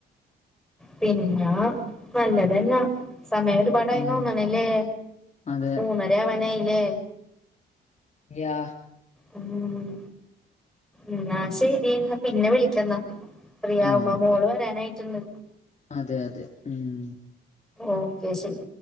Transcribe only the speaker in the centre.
പിന്നെ നല്ലതന്നാ സമയ പാടായിന്ന്
തോന്നണ്ല്ലേ
മൂന്നര ആവാനായില്ലേ.
ഉം ഇന്നാ സെരി ഇന്നാ പിന്നെ വിളിക്കന്നാ. ഫ്രീ
ആവുമ്പ
മോള് വരാനായിട്ട്ണ്ട്.
ഓക്കെ ശരി